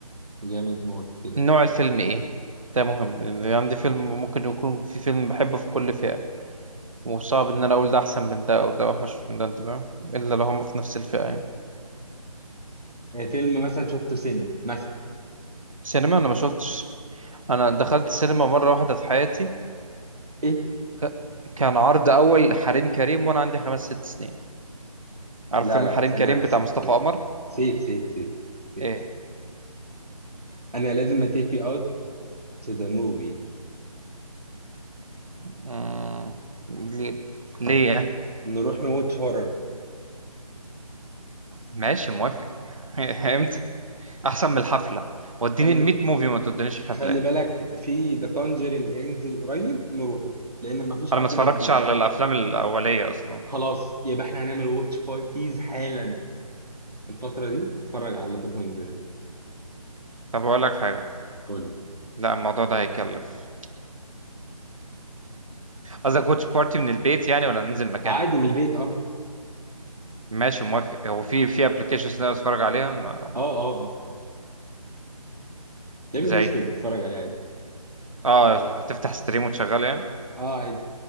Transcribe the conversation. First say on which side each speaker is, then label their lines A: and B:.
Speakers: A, on the right; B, on the right.
A: جامد موت كده
B: نوع الفيلم ايه ده مهم اللي عندي فيلم ممكن يكون في فيلم بحبه في كل فئه وصعب ان انا اقول ده احسن من ده او ده اوحش من ده انت فاهم الا لو هم في نفس الفئه يعني
A: ايه فيلم مثلا شفته سينما مثلا
B: سينما انا ما شفتش انا دخلت السينما مره واحده في حياتي
A: ايه
B: ك... كان عرض اول حريم كريم وانا عندي خمس ست سنين عارف
A: لا
B: فيلم
A: لا
B: حريم
A: ثانية
B: كريم
A: واحدة،
B: بتاع
A: سيف
B: مصطفى قمر
A: سيف سيف سيف سيف سيف.
B: ايه
A: انا لازم اتيك يو اوت تو ذا موفي
B: مم... ليه ليه يعني؟
A: نروح نواتش هورر
B: ماشي موافق <laughs> امتى احسن من الحفله وديني
A: خلي
B: ال 100 موفي ما تودينيش حفلات
A: خلي بالك في ذا كونجرينج هينزل قريب نروحه لان مفيش
B: انا
A: حد
B: ما اتفرجتش
A: من
B: على الافلام الاوليه اصلا
A: خلاص يبقى احنا هنعمل واتش بارتيز حالا الفترة دي اتفرج على ذا كونجرينج
B: طب اقول لك حاجه
A: قول لي
B: لا الموضوع ده هيكلف قصدك واتش بارتي من البيت يعني ولا ننزل مكان
A: عادي من البيت اه
B: ماشي موافق هو في في ابلكيشنز نقدر اتفرج عليها ما...
A: اه اه اه يا ابني
B: زي
A: ده اسود بتتفرج عليه عادي
B: اه هتفتح ستريم وتشغله يعني
A: اه عادي